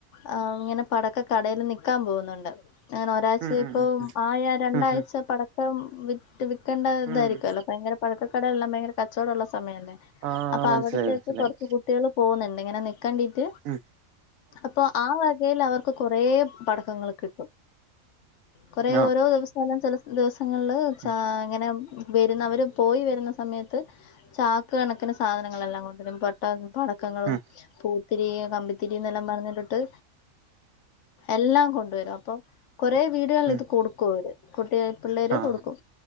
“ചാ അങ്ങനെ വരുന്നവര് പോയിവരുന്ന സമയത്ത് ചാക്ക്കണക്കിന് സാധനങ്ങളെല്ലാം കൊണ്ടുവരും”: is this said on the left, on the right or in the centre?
Left